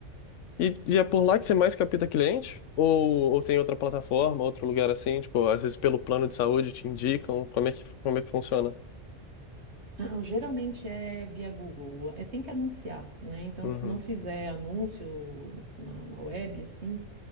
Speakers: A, on the left; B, on the right.
A: E, e é por lá que você mais capta cliente? Ou, ou tem outra plataforma, outro lugar assim? Tipo, às vezes pelo plano de saúde te indicam como é que, como é que funciona?
B: Não, geralmente é via Google, é, tem que anunciar, né? Então,
A: Uhum,
B: se não fizer anúncio na, na web, assim,